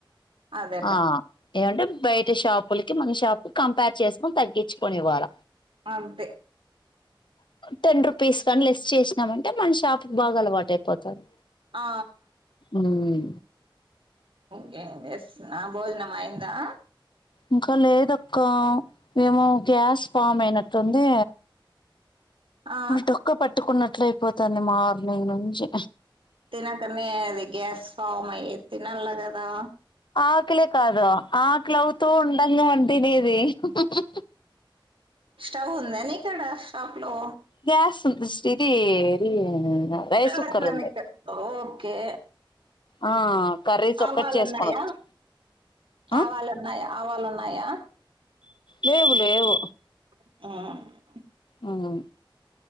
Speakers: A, on the right; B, on the left.
A: అదేలే
B: ఆ ఏంట బయట షాప్ లికి మన షాప్ కంపేర్ చేసుకొని తగ్గించుకొని ఇవ్వాల
A: అంతే
B: టెన్ రుపీస్ కానీ లెస్ చేసినామంటే మన షాప్ బాగా అలవాటు అయిపోతుంది
A: ఆ
B: హ్మ్
A: కే ఎస్ నా భోజన అయందా
B: ఇంకా లేదక్క మేమో గ్యాస్ ఫామ్ అయినట్టుంది
A: ఆ
B: అటొక పట్ పెట్టుకున్నట్లు అయిపోతుంది మార్నింగ్ నుంచి
A: తినకనే అది గ్యాస్ ఫామ్ అయ్య తినలా కదా
B: ఆకలే కాదు ఆకలి అవుతూ ఉండంగా వ తినది హు హు హు
A: స్టౌవ్ ఉందా నీ కడ షాప్‌లో
B: గ్యాస్ ఉస్ ఇది ఇది రైస్
A: ల
B: కుక్కర్
A: క్ల
B: ఉంది
A: ఓ కే
B: ఆ కర్రీస్
A: అవాలన్నాయా
B: ఒక్కటి చేసుకోనొచ్చు ఆ
A: ఆవాలన్నాయా ఆవాలుఉన్నాయి అయా
B: లేవు లేవు
A: ఉమ్
B: ఉమ్